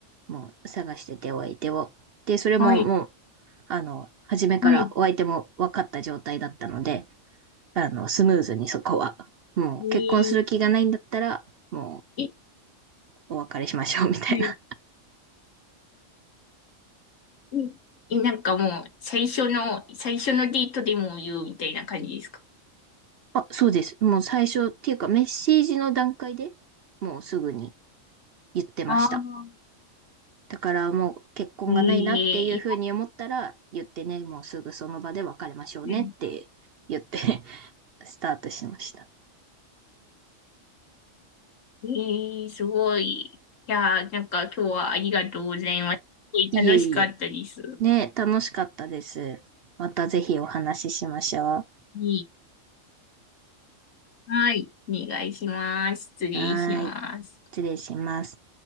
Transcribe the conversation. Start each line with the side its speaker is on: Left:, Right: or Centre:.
Right: もう探しててお相手を。で、それももう、
Left: はい。
Right: あの、初めからお相手も分かった状態だったので、
Left: はい。
Right: あの、スムーズにそこは。もう結婚する気がないんだったら、
Left: えー、
Right: も
Left: え、
Right: うお別れしましょうみたいな。
Left: はいえ、えなんかもう、最初の、最初のデートでも言うみたいな感じですか
Right: <laughs> あ、そうです。もう最初っていうかメッセージの段階でもうすぐに言ってました。
Left: ああ
Right: だからもう結婚がないなっていうふうに思ったら言ってね、
Left: ー、えーい
Right: もうすぐその場で別れましょうねって言って
Left: や
Right: <laughs> スタートしました。
Left: えーすごい。いやー、なんか今日はありがとうございます。すごい楽しかったです。
Right: いえいえ。ね、楽しかったです。またぜひお話ししましょ
Left: いいはい。お願いします。失礼します。
Right: う。はーい。失礼します。